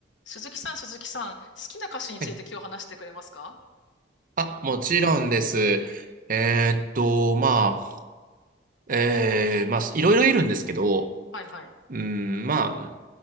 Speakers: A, on the left; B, on the right.
A: 鈴木さん、鈴木さん、好きな歌手について今日話してくれますか
B: はいあ、もちろんです。えーっと、まあ、えー、まあ、いろいろいるんですけど、
A: はいはい。
B: うん、ま